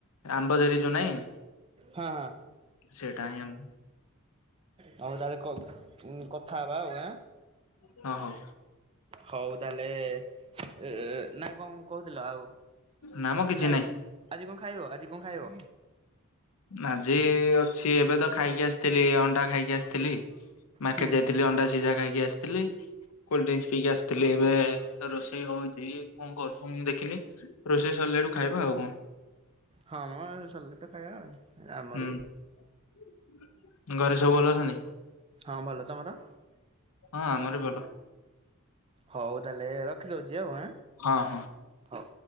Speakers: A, on the left; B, on the right.
A: ଆମ୍ବ ଜରି ଯୋଉ ନାଇଁ?
B: ହଁ ହଁ।
A: ସେଇଟା ହିଁ ଆମ
B: ହଉ ତାହେଲେ କ କଥା ହବା ଆଉ ଆ
A: ହଁ ହଉ।
B: ହଉ ତାହେଲେ-ଏ-ଏ-ଏ ଏ -ଏ ନା କହୁଥିଲେଏ ଆଉ
A: ନା ମ କିଛି
B: ଖାଇ
A: ନାଇଁ।
B: ଆଜି କଣ ଖାଇବ ଆଜି କଣ ଖାଇବ?
A: ଆଜି-ଇ-ଇ ଅଛି ଏବେ ତ ଖାଇକି ଆସିଥିଲି ଅଣ୍ଡା ଖାଇକି ଆସିଥିଲି। ମାର୍କେଟ
B: ହୁଁ
A: ଯାଇଥିଲି ଅଣ୍ଡା ସିଝା ଖାଇକି ଆସ୍ ଥିଲି କୋଲ ଡ୍ରିକ୍ସ ପିଇକି ଆସିଥିଲି ଏବେ-ଏ-ଏ ରୋଷେଇ ହଉଛି କଣ କର ଫୋନ୍ ଦେଖିଲି ରୋଷେଇ ସରିଲା ଠୁ ଖାଇବା ଆଉ କଣ।
B: ହଁ ମ ସରିଲେ ତ ଖାଇବା ଆଉ। ଆମର
A: ହୁଁ
B: ବି
A: ଘରେ ସବୁ ଭଲ ଅଛନ୍ତି?
B: ହଁ ଭଲ ତମର?
A: ହଁ ଆମର ବି ଭଲ।
B: ହଉ ତାହେଲେ ରଖିଦଉଛି ଆଉ ଆଁ।
A: ହଁ ହଁ।
B: ହଉ।